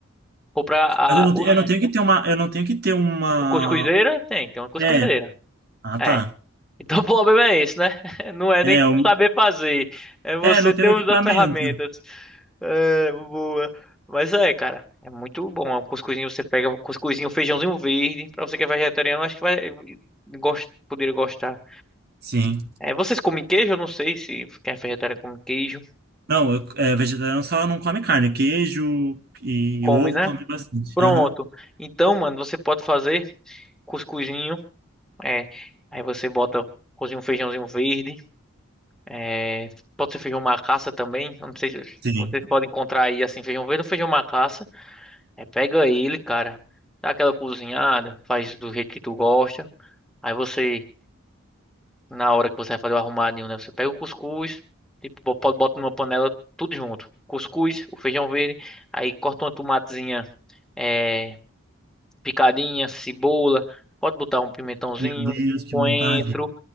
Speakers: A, in the centre; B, on the right (about 45°).
A: Ou pra a,
B: Mas eu não,
A: os,
B: te- eu não tenho que ter uma. Eu não tenho que ter uma.
A: cuscuzeira, tem, tem uma cuscuzeira.
B: É. Ah, tá.
A: É. Então <laughs> o problema é esse, né? <laughs> Não é
B: É,
A: nem
B: eu,
A: saber fazer, é você
B: é, não
A: ter
B: tenho
A: os-
B: equipamento.
A: as ferramentas. É, boa. Mas é, cara, é muito bom. O cuscuzinho você pega o cuscuzinho, o feijãozinho verde, pra você que é vegetariano, acho que vai gost, poderia gostar.
B: Sim.
A: É, vocês comem queijo? Eu não sei se quem é vegetariano come queijo.
B: Não, eu, é, vegetariano só não come carne. Queijo e
A: Come,
B: ovo
A: né?
B: come bastante.
A: Pronto.
B: Aham.
A: Então, mano, você pode fazer cuscuzinho, é, aí você bota cozinha um feijãozinho verde. É, pode ser feijão macaça também. Eu não sei se
B: Sim.
A: vocês podem encontrar aí assim, feijão verde ou feijão macaça. É, pega ele, cara. Dá aquela cozinhada, faz do jeito que tu gosta. Aí você, na hora que você vai fazer o arrumadinho, né? Você pega o cuscuz, tipo, bo- pode bota numa panela tudo junto. Cuscuz, o feijão verde, aí corta uma tomatezinha, é, picadinha, cebola, pode botar um pimentãozinho,
B: Meu Deus, que
A: coentro.
B: vontade.